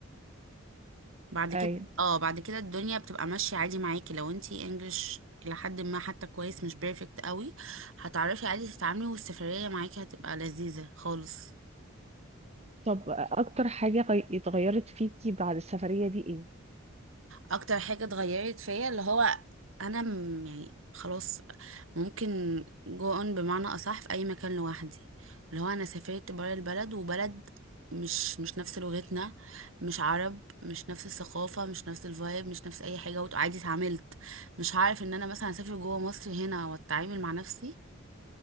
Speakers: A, on the right; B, on the right.
A: بعد كده
B: أيوة
A: اه بعد كده الدنيا بتبقى ماشية عادي معاكي لو انت انجلش إلى حد ما حتى كويس مش بيرفكت قوي هتعرفي عادي تتعاملي والسفرية معاكي هتبقى لذيذة خالص
B: طب أكتر حاجة غي- اتغيرت فيكي بعد السفرية دي إيه؟
A: اكتر حاجة اتغيرت فيا اللي هو انا م- يعني خلاص ممكن جو اون بمعنى اصح في اي مكان لوحدي اللي هو انا سافرت برا البلد وبلد مش مش نفس لغتنا مش عرب مش نفس الثقافة مش نفس الفايب مش نفس اي حاجة وعادي اتعاملت مش هعرف ان انا مثلا اسافر جوه مصر هنا واتعامل مع نفسي